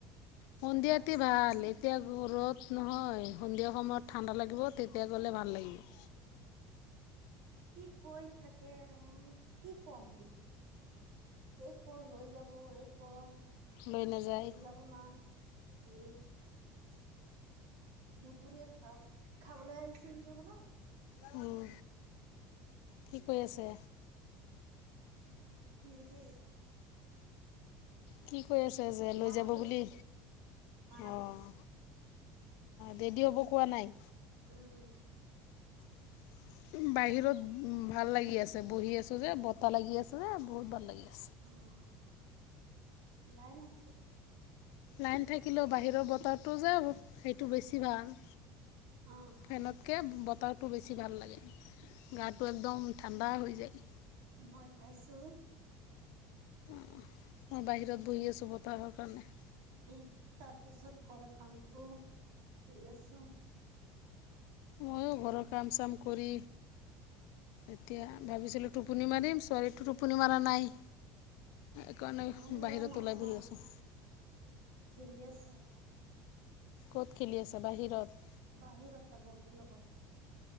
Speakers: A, on the left (about 75°); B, on the right (about 75°).
A: সন্ধিয়াতে
B: তাৰপিছতহে
A: ভাল
B: যাম
A: এতিয়া গ ৰদ নহয় সন্ধিয়া সময়ত ঠাণ্ডা লাগিব তেতিয়া গলে ভাল লাগিব।
B: কি কৈ থাকে কি ক'ম নো এই ক লৈ যাব এই কৰ
A: লৈ নাযায়
B: লৈ যাব না। এই দুপুৰীয়া খা খাবলে আহিচিল যে বনা
A: উম কি কৈ আছে।
B: নিদো
A: কি কৈ আছে যে লৈ
B: মানা
A: যাব
B: কৰিছে
A: বুলি
B: মানা
A: অঁ
B: কৰি দে
A: ৰেডি হ'ব কোৱা নাই
B: উমহ
A: <inaudible> বাহিৰত উ ভাল লাগি আছে বহি আছো যে বতাহ লাগি আছে যে বহুত ভাল লাগি আছে।
B: অহ লাইন আছে।
A: লাইন থাকিলেও বাহিৰৰ বতাহটো যে সেইটো বেছি ভাল।
B: অ
A: ফেনতকে বতাহটো বেছি ভাল লাগে। গাটো একদম ঠাণ্ডা হৈ যায়।
B: মই খাইছো
A: উ বাহিৰত বহি আছো বতাহৰ কাৰণে
B: এই তাৰপিছত ঘৰ কামটো কৰি আছো।
A: মইও ঘৰৰ কাম চাম কৰি এতিয়া ভাবিছিলো টোপনি মাৰিম ছোৱালীটো টোপনি মাৰা নাই একাৰণে
B: মোৰ ল'ৰা
A: বাহিৰত
B: মাৰা
A: ওলাই
B: নাই
A: বহি আছো।
B: খেলি আছে
A: ক'ত খেলি আছে বাহিৰত।
B: বাহিৰত তাৰ বনটোৰ লগত